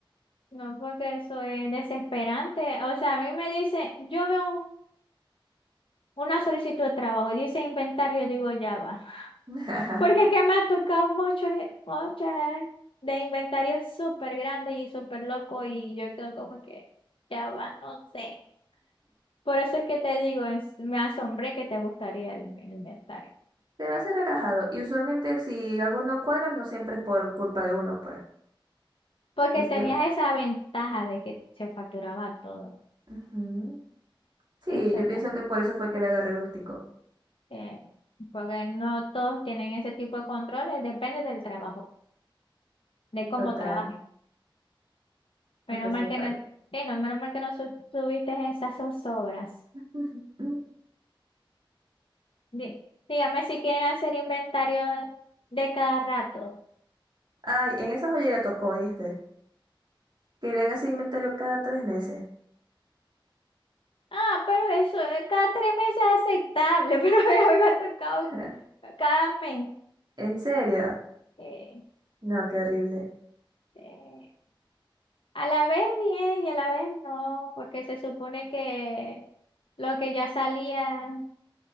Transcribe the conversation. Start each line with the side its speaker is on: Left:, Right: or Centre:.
Left: No, porque eso es desesperante. O sea, a mí me dice, yo veo un- una solicitud de trabajo y dice inventario, digo, ya va. <laughs>
Right: <laughs>
Left: Porque es que me ha tocado muchos, muchas de inventarios súper grandes y súper locos y yo quedo como que, ya va, no sé. Por eso es que te digo, es- me asombré que te gustaría el, el inventario.
Right: Se me hace relajado. Y usualmente si algo no cuadra, no siempre es por culpa de uno, pues.
Left: Porque
Right: Este,
Left: tenías esa ventaja de que se facturaba todo.
Right: ujú. Sí,
Left: Eso
Right: yo
Left: está
Right: pienso que por eso fue que le agarré el gustico.
Left: eh, porque no todos tienen ese tipo de controles, depende del trabajo, de cómo
Right: Total,
Left: trabajes.
Right: para
Left: Menos
Right: que sepa.
Left: mal que no, sí, no, menos mal que no su- tuviste esas zozobras.
Right: <laughs>
Left: Di- dígame si quieren hacer inventario de cada rato.
Right: Ay, en esa joyería tocó, ¿viste? Querían hacer inventario cada tres meses.
Left: Ah, pero eso, eh, cada tres meses es aceptable, <laughs> pero ya me ha tocado
Right: <laughs>
Left: cada mes.
Right: ¿En serio?
Left: Eh,
Right: No, qué horrible.
Left: eh, a la vez bien y a la vez no, porque se supone que lo que ya salía.